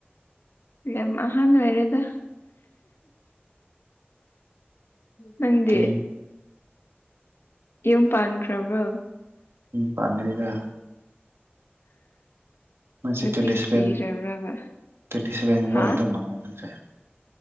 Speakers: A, on the left; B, on the right.
A: ꯌꯥꯝ ꯑꯍꯥꯟ ꯑꯣꯏꯔꯦꯗ ꯅꯪꯦ
B: ꯇ꯭ꯋꯦꯟ
A: ꯌꯨꯝ ꯄꯥꯟꯈ꯭ꯔꯕ꯭ꯔꯣ꯫
B: ꯄꯥꯟꯗꯔꯤꯗ꯫ ꯅꯪꯁꯦ
A: ꯅꯨꯄꯤ
B: ꯇ꯭ꯋꯦꯟꯇꯤ ꯁꯚꯦꯟ
A: ꯊꯤꯔꯕ꯭ꯔꯕ
B: ꯇ꯭ꯋꯦꯟꯇꯤ ꯁꯚꯦꯟꯒꯨꯝꯕ
A: ꯍꯥ
B: <unintelligible>